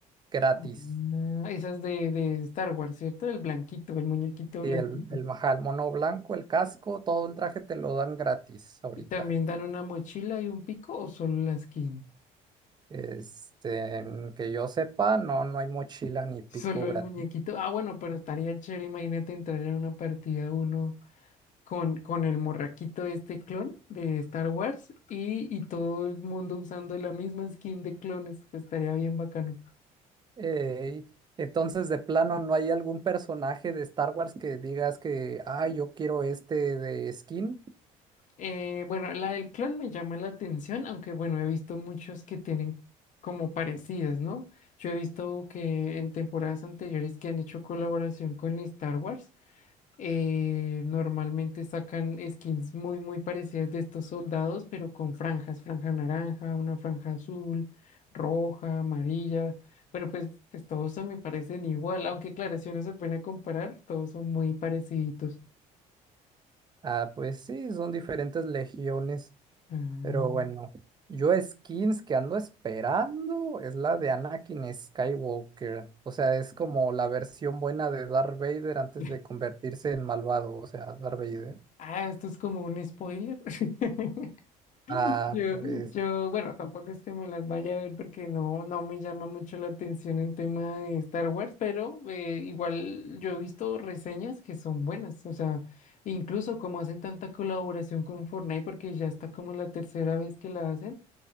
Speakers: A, on the right; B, on the left.
A: gratis.
B: Ah, esas de, de Star Wars, ¿cierto? El blanquito, el muñequito
A: Sí,
B: blanquito.
A: el, el majal, mono blanco, el casco, todo el traje te lo dan gratis ahorita.
B: Y también dan una mochila y un pico o solo la skin.
A: Este, que yo sepa, no, no hay mochila
B: <laughs>
A: ni pico
B: Solo el
A: gratis.
B: muñequito. Ah, bueno, pero estaría chévere, imagínate entrar en una partida uno. con, con el morraquito este clon de Star Wars y, y todo el mundo usando la misma skin de clones, pues estaría bien bacano.
A: Ey, entonces, de plano, ¿no hay algún personaje de Star Wars que digas que, ah, yo quiero este de skin?
B: Eh, bueno, la del clon me llama la atención, aunque bueno, he visto muchos que tienen como parecidas, ¿no? Yo he visto que en temporadas anteriores que han hecho colaboración con Star Wars eh, normalmente sacan skins muy, muy parecidas de estos soldados, pero con franjas, franja naranja, una franja azul, roja, amarilla, pero pues, pues todos se me parecen igual, aunque claro, si uno se pone a comparar, todos son muy parecidos.
A: Ah, pues sí, son diferentes legiones.
B: Ah,
A: Pero bueno, yo skins que ando esperando es la de Anakin Skywalker. O sea, es como la versión buena de Darth Vader antes
B: <laughs>
A: de convertirse en malvado, o sea, Darth Vader.
B: ah, esto es como un spoiler. <laughs>
A: Ah,
B: Yo,
A: pues,
B: yo, bueno, tampoco es que me las vaya a ver porque no, no me llama mucho la atención el tema de Star Wars, pero eh, igual yo he visto reseñas que son buenas, o sea, incluso como hacen tanta colaboración con Fortnite porque ya está como la tercera vez que la hacen.